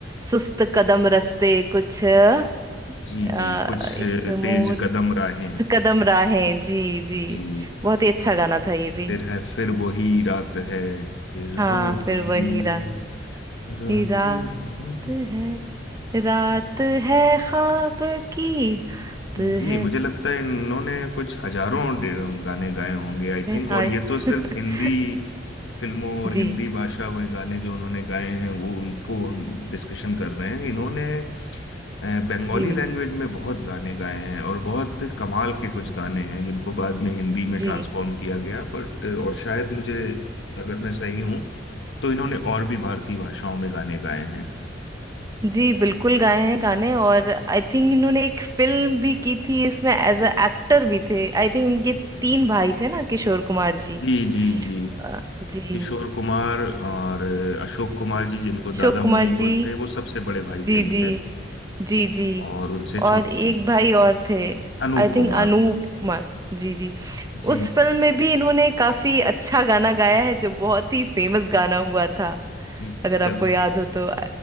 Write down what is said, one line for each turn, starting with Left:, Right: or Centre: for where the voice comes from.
Right: सुस्त कदम रस्ते कुछ अ,
Left: जी जी कुछ अ,
Right: इस मोड़
Left: तेज कदम राहें
Right: से कदम राहें जी जी
Left: जी
Right: बहुत ही अच्छा गाना था ये भी
Left: फिर है फिर वही रात है फिर
Right: हाँ
Left: वही
Right: फिर वही रा
Left: रात
Right: हीरा
Left: है।
Right: है रात है ख्वाब की
Left: जी
Right: रात है
Left: मुझे लगता है इन्होंने कुछ हजारों डे- गाने गाए होंगे आई थिंक
Right: हाय
Left: और ये तो सिर्फ
Right: <laughs>
Left: हिंदी फिल्मों और
Right: जी
Left: हिंदी भाषा में गाने जो उन्होंने गाए हैं वो उनको हम डिस्कशन कर रहे हैं इन्होंने अ, बंगाली
Right: जी
Left: लैंग्वेज में बहुत गाने गाए हैं और बहुत कमाल के कुछ गाने हैं जिनको बाद में हिंदी में
Right: जी
Left: ट्रांसफॉर्म किया गया बट और शायद मुझे अगर मैं सही हूँ तो इन्होंने और भी भारतीय भाषाओं में गाने गाए हैं
Right: जी बिल्कुल गाए हैं गाने और आई थिंक इन्होंने एक फिल्म भी की थी इसमें एज अ एक्टर भी थे आई थिंक इनके तीन भाई थे ना किशोर कुमार जी
Left: जी जी जी
Right: अ, जी
Left: किशोर कुमार और अशोक कुमार जी जिनको दादा
Right: अशोक कुमार
Left: मुनि
Right: जी
Left: बोलते हैं वो सबसे बड़े भाई
Right: जी
Left: थे इनके
Right: जी जी जी
Left: और उनसे छोटी
Right: और एक भाई और थे
Left: अनूप
Right: आई थिंक
Left: कुमार
Right: अनूप कुमार जी जी
Left: जी
Right: उस फिल्म में भी इन्होंने काफी अच्छा गाना गाया है जो बहुत ही फेमस गाना हुआ था
Left: जी,
Right: अगर
Left: चल
Right: आपको याद हो तो